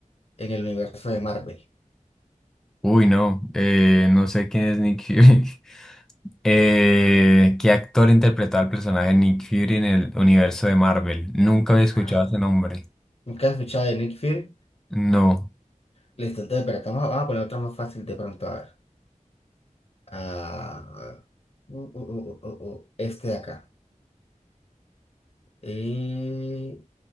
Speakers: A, on the left (about 50°); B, in the centre.
A: en el universo de Marvel?
B: Uy, no, eh, no sé quién es Nick Fury. <laughs> Eh, ¿qué actor interpretaba al personaje Nick Fury en el universo de Marvel? Nunca había escuchado
A: Ajá.
B: ese nombre.
A: ¿Nunca has escuchado de Nick Fury?
B: No.
A: Listo, entonces, pero vamos a vamos a poner otra más fácil de pronto, a ver. Ah, uh, uh, uh, uh, uh, uh, este de acá. Eh,